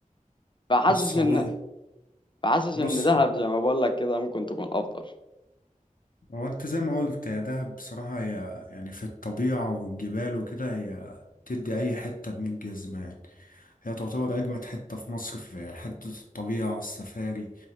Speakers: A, on the left; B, on the left.
A: فحاسس
B: بص والله
A: ان فحاسس
B: بص
A: ان دهب زي ما بقول لك كده ممكن تكون افضل
B: هو انت زي ما قلت يا دهب بصراحة هي يعني في الطبيعة والجبال وكده هي تدي أي حتة بمية جزمة يعني هي تعتبر أجمد حتة في مصر في حتة الطبيعة السفاري